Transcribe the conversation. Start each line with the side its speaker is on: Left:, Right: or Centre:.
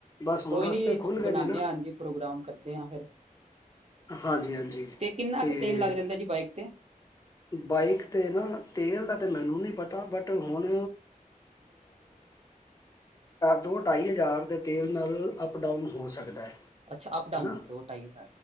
Left: ਬਸ ਹੁਣ
Right: ਕੋਈ
Left: ਰਸਤੇ
Right: ਨੀ
Left: ਖੁੱਲ ਗਏ
Right: ਬਣਾਦੇ
Left: ਨੇ ਨਾ
Right: ਹ ਹਾਂਜੀ ਪ੍ਰੋਗਰਾਮ ਕਰਦੇ ਹ ਫਿਰ
Left: ਹਾਂਜੀ ਹਾਂਜੀ
Right: ਤੇ ਕਿੰਨਾ
Left: ਤੇ
Right: ਕੁ ਤੇਲ ਲੱਗ ਜਾਂਦਾ ਜੀ ਬਾਈਕ ਤੇ
Left: ਬਾਈਕ 'ਤੇ ਨਾ ਤੇਲ ਦਾ ਤਾਂ ਮੈਨੂੰ ਨਹੀਂ ਪਤਾ ਬਟ ਹੁਣ ਦੋ ਢਾਈ ਹਜ਼ਾਰ ਦੇ ਤੇਲ ਨਾਲ ਅਪ ਡਾਊਨ ਹੋ ਸਕਦਾ ਹੈ
Right: ਅੱਛਾ ਅਪ ਡਾਨ
Left: ਹੈਨਾ
Right: ਦੋਾਈ